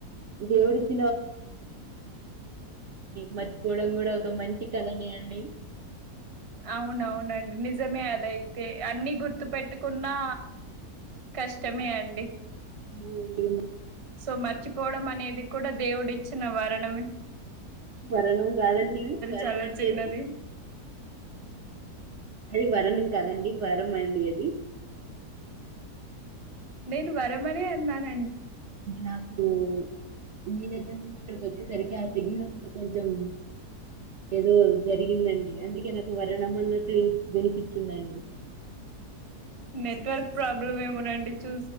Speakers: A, on the right; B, on the right.
A: దేవుడి <inaudible> మర్చిపోవడం కూడా ఒక మంచి కళనే అండి
B: అవునవునండి నిజమే అదైతే అన్ని గుర్తు పెట్టుకున్నా కష్టమే
A: ఆ
B: అండి
A: అవునండి
B: సో మర్చిపోవడం అనేది కూడా దేవుడి చిన్న వారణమే <inaudible>
A: వరణ కాదండి వరమంట
B: చాలా చిన్నది
A: అది అది వరణం కాదండి వరమండి అది
B: నేను వరమనే అన్నాను
A: నాకు మీ దగ్గర నుంచి ఇక్కడికి వచ్చేసరికి ఆ సిగ్నల్ కొంచెం ఏదో జరిగిందండి, అందుకే నాకు వర్ణం అన్న క్న్ వినిపించిందండి
B: నెట్వర్క్ ప్రాబ్లమ్ ఏమోనండి చూ